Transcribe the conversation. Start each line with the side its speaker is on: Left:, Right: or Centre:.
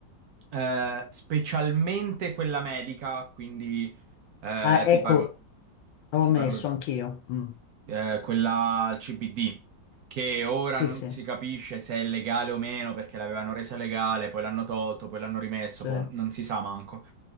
Right: Eh, specialmente quella medica, quindi eh,
Left: Ah, ecco.
Right: ti parlo,
Left: Ho
Right: ti
Left: messo
Right: parlo
Left: anch'io. mm.
Right: eh, quella al CBD, che ora
Left: Sì,
Right: non
Left: sì,
Right: si capisce se è legale o meno perché l'avevano resa legale, poi l'hanno tolto, poi l'hanno rimesso,
Left: sì,
Right: poi non si sa manco.